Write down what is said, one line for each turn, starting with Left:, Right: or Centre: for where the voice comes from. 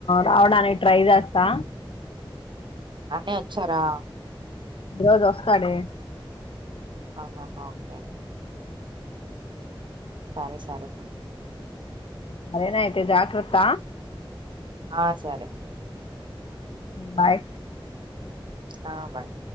Left: రావడానికి ట్రై చేస్తా
Right: నాన్నే వచ్చారా
Left: ఈ రోజు వస్తాడే
Right: ఆహాహా ఓకే సరే సరే
Left: సరేన అయితే జాగ్రత్త
Right: ఆ సరే
Left: బాయ్
Right: ఆ బాయ్